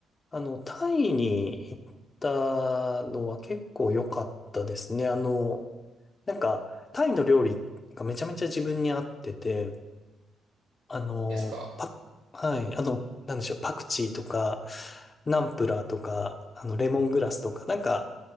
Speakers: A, on the left (about 35°); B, on the right (about 85°).
A: あの、タイに行ったのは結構良かったですね。あの、なんか、タイの料理がめちゃめちゃ自分に合ってて、あの、
B: ですか
A: パ、はい、あの、なんでしょう、パクチーとか、ナンプラーとか、あの、レモングラスとか、なんか、